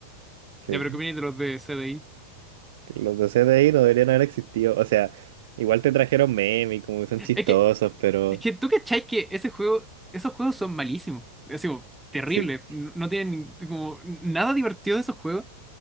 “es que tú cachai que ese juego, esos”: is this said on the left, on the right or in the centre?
Centre